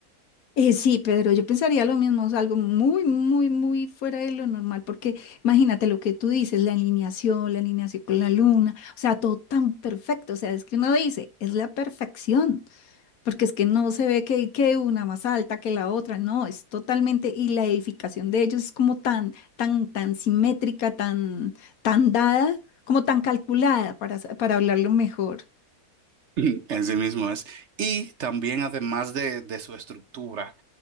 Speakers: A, on the left (about 70°); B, on the right (about 55°).
A: Eh, sí, Pedro, yo pensaría lo mismo, es algo muy, muy, muy fuera de lo normal, porque imagínate lo que tú dices, la alineación, la alineación con la luna, o sea, todo tan perfecto, o sea, es que uno dice, es la perfección. porque es que no se ve que, que una más alta que la otra, no, es totalmente, y la edificación de ellos es como tan, tan, tan simétrica, tan, tan dada, como tan calculada, para, sa- para hablarlo mejor.
B: <clears throat> <laughs> Así mismo es. Y también, además de, de su estructura,